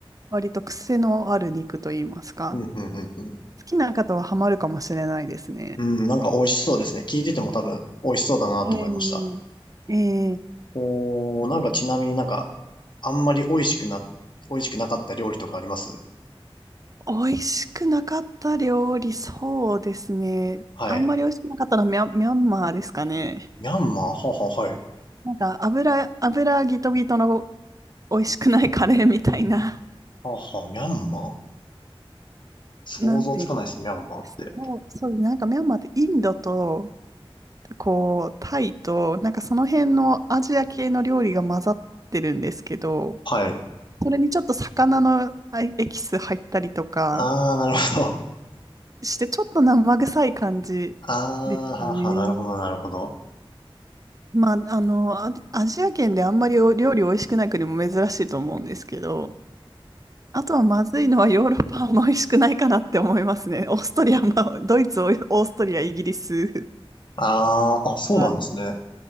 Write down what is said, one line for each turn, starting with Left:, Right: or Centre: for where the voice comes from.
Right: 割と癖のある肉といいますか、
Left: うん、うん、うん、うん。
Right: 好きな方はハマるかもしれないですね。
Left: うん、なんか美味しそうですね。聞いてても多分美味しそうだなと思いました。
Right: えええ
Left: おー、なんかちなみになんか、あんまり美味しくな、美味しくなかった料理とかあります
Right: ー、美味しくなかった料理、そうですね。
Left: はい。
Right: あんまり美味しくなかったのはミャン、ミャンマーですかね。
Left: ミャンマーはは、はい。
Right: なんか油、油ギトギトの美味しくないカレーみたいな、
Left: はは、ミャンマー想像つかないですね、
Right: なんていうん
Left: ミャンマーって。
Right: です。もう、そう、なんかミャンマーってインドとこう、タイと、なんかその辺のアジア系の料理が混ざってるんですけど、
Left: はい。
Right: それにちょっと魚のあエキス入ったりとか
Left: ああ、なるほど。
Right: して、ちょっと生臭い感じですかね。
Left: ああ、はは、なるほど、なるほど。
Right: まあ、あの、アアジア圏であんまりお料理美味しくない国も珍しいと思うんですけど、あとはまずいのはヨーロッパも美味しくないかなって思いますね。<laughs> オーストリアも、ドイツ、オーストリア、イギリス
Left: ああ、あ、そうなんですね。
Right: は、